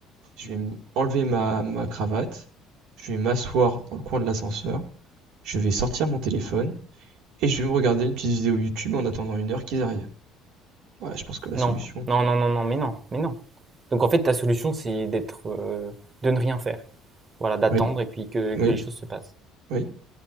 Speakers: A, on the right; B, on the right.
A: je vais m- enlever ma, ma cravate, je vais m'asseoir dans le coin de l'ascenseur, je vais sortir mon téléphone et je vais me regarder une petite vidéo YouTube en attendant une heure qu'ils arrivent. Voilà, je pense que la solution.
B: Non, non, non, non, non, mais non, mais non. Donc en fait, ta solution, c'est d'être, euh, de ne rien faire. Voilà, d'attendre
A: Oui,
B: et puis que,
A: oui,
B: que les choses se passent.
A: oui.